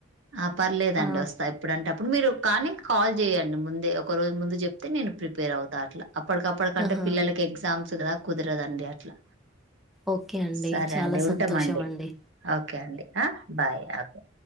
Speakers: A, on the right; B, in the centre.
A: ఆ పర్లేదండి
B: ఆ
A: ఒస్తా ఎప్పుడంటే అప్పుడు మీరు కానీ కాల్ చేయండి ముందే ఒకరోజు ముందు చెప్తే నేను ప్రిపేర్ అవుతా అట్లా అప్పటికప్పటికంటే
B: ఆహా
A: పిల్లలకి ఎగ్జామ్స్ కదా కుదరదండి అట్లా
B: ఓకే అండి
A: సరే
B: చాలా
A: అండి ఉంటామండి
B: సంతోషం అండి
A: ఓకే అండి బాయ్ ఓకే